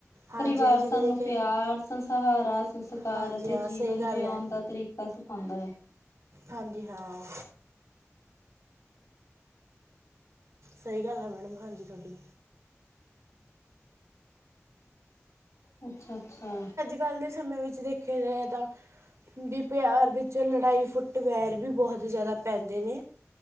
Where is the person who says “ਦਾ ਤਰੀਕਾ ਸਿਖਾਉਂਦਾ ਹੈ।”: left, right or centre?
Left